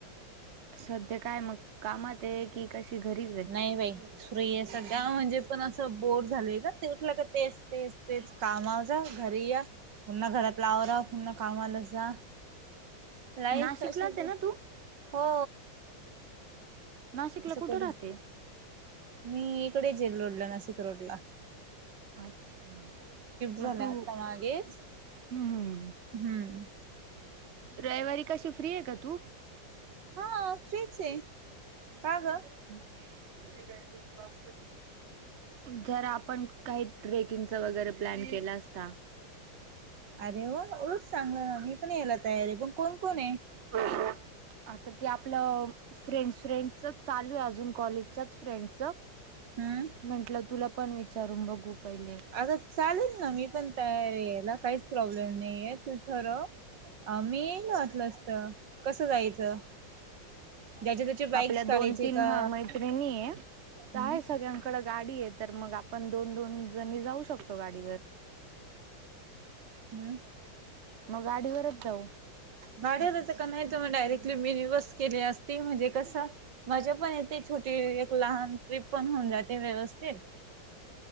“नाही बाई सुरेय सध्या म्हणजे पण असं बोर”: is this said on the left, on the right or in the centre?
Right